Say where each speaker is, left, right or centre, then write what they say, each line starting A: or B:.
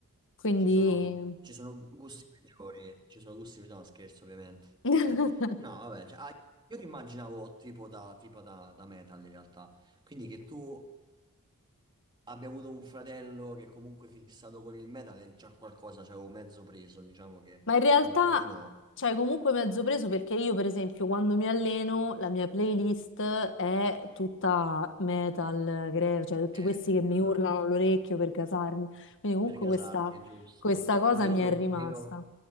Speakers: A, on the left (about 60°); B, on the right (about 20°).
A: quindi...
B: Ci sono, ci sono gusti peggiori, ci sono gusti peggiori, no scherzo ovviamente.
A: <laughs>
B: No, vabbè, cioè, ah, io ti immaginavo tipo da, tipo da, da metal in realtà, quindi che tu abbia avuto un fratello che comunque è fissato con il metal è già qualcosa, cioè avevo mezzo preso, diciamo che
A: Ma in realtà,
B: un pochino...
A: cioè, comunque mezzo preso perché io, per esempio, quando mi alleno, la mia playlist è tutta metal, grave, cioè tutti
B: Eh,
A: questi
B: vedi,
A: che mi
B: allora...
A: urlano all'orecchio per gasarmi. Quindi comunque
B: Per gasarci,
A: questa,
B: è giusto.
A: questa cosa
B: No, io
A: mi
B: sono
A: è
B: un
A: rimasta.
B: pochino,